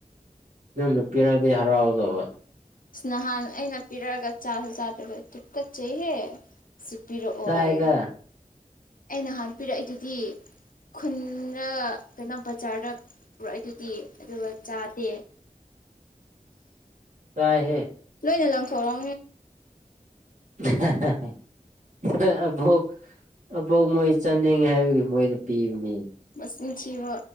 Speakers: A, on the right (about 55°); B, on the left (about 75°).
A: ꯅꯪꯅ ꯄꯤꯔꯛꯑꯗꯤ ꯍꯔꯥꯎꯗꯧꯕ
B: ꯑꯁ ꯅꯍꯥꯟ ꯑꯩꯅ ꯄꯤꯔꯛꯑꯒ ꯆꯥꯁꯨ ꯆꯥꯗꯕ ꯇꯨꯛꯀꯠꯆꯩꯍꯦ ꯁꯤ ꯄꯤꯔꯛꯑꯣ
A: ꯆꯥꯏꯗ
B: ꯍꯥꯏꯌꯦ ꯑꯩ ꯅꯍꯥꯟ ꯄꯤꯔꯛꯏꯗꯨꯗꯤ ꯈꯨꯟꯗ ꯀꯩꯅꯣ ꯕꯖꯥꯔꯗ ꯄꯨꯔꯛꯏꯗꯨꯗꯤ ꯑꯗꯨꯒ ꯆꯥꯗꯦ
A: ꯆꯥꯏꯍꯦ
B: ꯂꯣꯏꯅ ꯂꯪꯊꯣꯛꯂ
A: ꯍꯍꯍ ꯍꯣꯏ ꯑꯕꯣꯛ ꯑꯕꯣꯛ ꯃꯣꯏ ꯆꯥꯅꯤꯡꯉꯦ ꯍꯥꯏꯕꯒꯤ ꯃꯣꯏꯗ ꯄꯤꯕꯅꯤ
B: ꯆꯤꯟ ꯊꯤꯕ